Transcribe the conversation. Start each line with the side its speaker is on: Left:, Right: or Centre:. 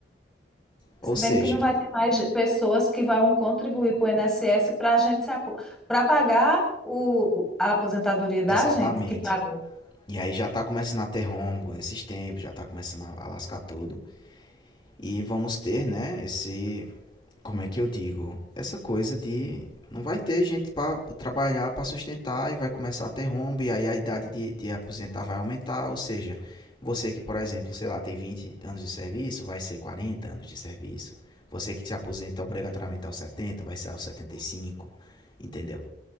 Centre: Percebendo
Left: Ou seja,
Centre: que não vai ter mais pessoas que vão contribuir para o INSS para a gente se apo... para pagar o... a aposentadoria da
Left: exatamente.
Centre: gente que pagou.
Left: E aí já está começando a ter rombo nesses tempos, já está começando a lascar tudo. E vamos ter, né, esse. Como é que eu digo? Essa coisa de. Não vai ter gente para trabalhar, para sustentar e vai começar a ter rombo e aí a idade de, de aposentar vai aumentar. Ou seja, você que, por exemplo, sei lá, tem 20 anos de serviço, vai ser 40 anos de serviço. Você que se aposenta obrigatoriamente aos 70 vai ser aos setenta e cinco entendeu?